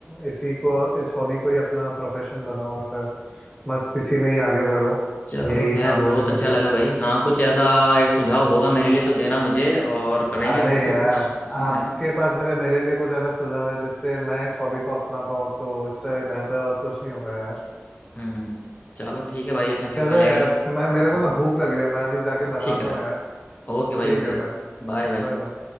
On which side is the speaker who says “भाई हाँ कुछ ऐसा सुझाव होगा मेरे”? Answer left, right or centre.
Left